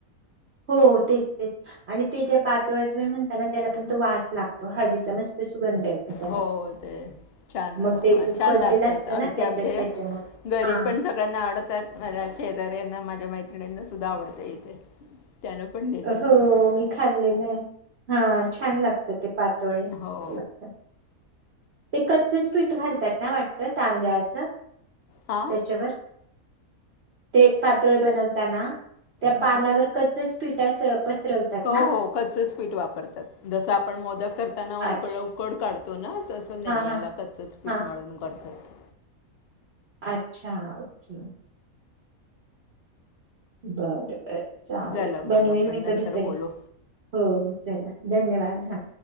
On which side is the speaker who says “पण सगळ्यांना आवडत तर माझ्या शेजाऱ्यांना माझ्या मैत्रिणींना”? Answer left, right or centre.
Left